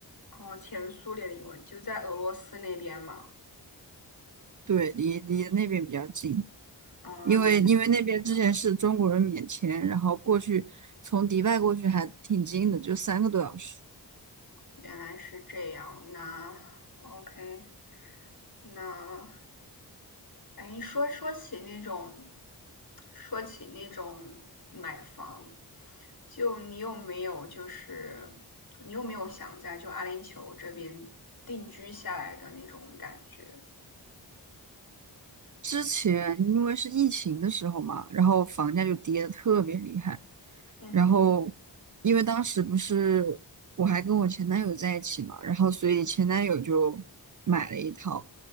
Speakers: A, on the left; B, on the right.
A: 哦，前苏联的英文就在俄罗斯那边嘛。
B: 对，离离那边比较近，
A: 啊、
B: 因为因为那边之前是中国人免签，
A: 原来是这样
B: 然后过去从迪拜过去还挺近的，就三个多小时。
A: 原来是这样，那 OK，那，哎，说说起那种，说起那种买房，就你有没有就是你有没有想在就阿联酋这边定居下来的那种感觉？
B: 之前因为是疫情的时候嘛，然后房价就跌得特别厉害。
A: 嗯哼，
B: 然后因为当时不是我还跟我前男友在一起嘛，然后所以前男友就买了一套。